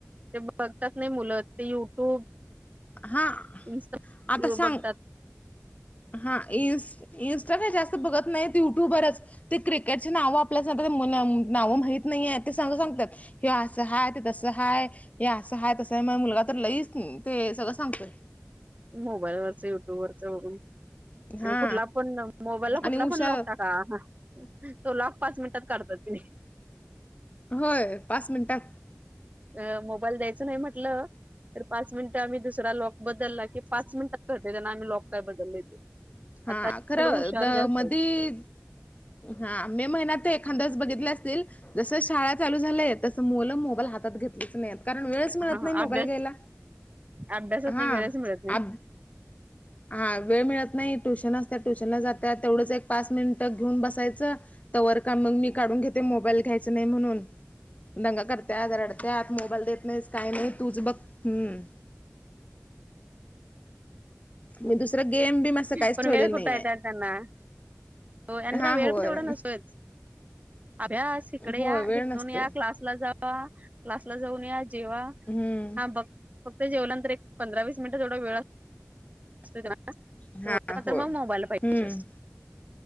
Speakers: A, on the right; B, on the left.
A: ते बघतात नाय मुलं ते यूट्यूब
B: हा
A: इनस्टा
B: आता सांग
A: बघतात.
B: हा इ-इन्स्टा जास्त बघत नायत युट्युबरच ते क्रिकेटची नाव आपल्या ते सगळे मुन नावं माहीत नाहीये ते सगळ सांग सांगतात. हे असं हाय ते तसं हाय हे असं हय तसं आहे म मुलगा तर लईच ते सगळं सांगतोय.
A: मोबाईल वरच युट्यूब वरच बघून.
B: हा
A: आणि कुठला पण मोबाईलला
B: आणि
A: कुठला
B: उषा
A: पण लॉक टाका ह. तो लॉक पाच मिनिटात काढतात किनाय.
B: होय पाच मिनिटात.
A: अ मोबाईल द्यायच नाही म्हटलं. तर पाच मिनिटं आम्ही दुसरा लॉक बदलला की पाच मिनिटात कळतंय त्यांना आम्ही लॉक काय बदलले ते
B: हा
A: आता ची
B: खरं
A: मुलं हुशार
B: तर
A: जास्त
B: मधी
A: आहेत..
B: हा मे महिन्यात एखाद्याच बघितले असतील जस शाळ चालू झालंय तस मुलं मोबाईल हातात घेतलीच नाही आता कारण वेळच मिळत
A: हा
B: नाही मोबाईल
A: अभ्यास
B: घ्यायला
A: अभ्यासात
B: हा
A: नाही वेळच मिळत नाही
B: आ. हा वेळ मिळत नाही ट्युशन असत ट्युशनला जातात तेवढंच एक पाच मिनिट घेऊन बसायचं. तवर का मग मी काढून घेते मोबाईल घ्यायच नाही म्हणून. दंगा करत्यात रडत्या मोबाईल देत नाहीस काही नाही तूच बघ हम्. मी दुसरं गेम बीम असं काहीच
A: पण
B: ठेवलेलं
A: वेळ कुठा
B: नाहीये.
A: य त्यांना हो यांना
B: हा
A: वेळ
B: होय
A: तेवढा नसतोयच. अभ्यास इकडे
B: होय
A: या
B: वेळ
A: इथून
B: नसतोय
A: या क्लास. ला जावा क्लासला जाऊन या जेवा
B: हम्म.
A: हा बघ. फक्त जेवलानंतर एक पंधरा वीस मिनिट जेवढा वेळ असतो त्याला
B: हा
A: तेवढा
B: होय
A: तर मग मोबाईल पाहिजे
B: हम्म
A: असत.